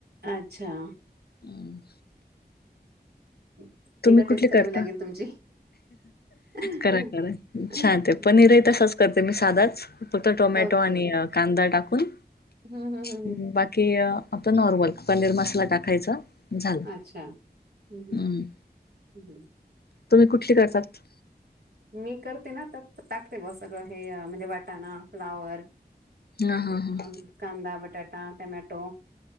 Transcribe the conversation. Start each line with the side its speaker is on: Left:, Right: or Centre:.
Right: अच्छा
Left: हम.
Right: एकदा
Left: तुम्ही
Right: टेस्ट
Left: कुठले
Right: करावी
Left: करता
Right: लागेल तुमची. हं,
Left: करा करा छान ते पनीरही तसच करता ते मी साधाच फक्त टोमॅटो
Right: ओके.
Left: आणि कांदा टाकून
Right: हं हं हं हं.
Left: <inaudible> ह् बाकी अ आता नॉर्मल पनीर मसाला टाकायचा झालं.
Right: अच्छा हम्म हम्म.
Left: हं,
Right: ह ह.
Left: तुम्ही कुठली करतात
Right: मी करते ना तर टाकते ब सगळ हे म्हणजे वाटाणा फ्लावर
Left: हां, हां, हां.
Right: अ कांदा बटाट आटा टमॅटो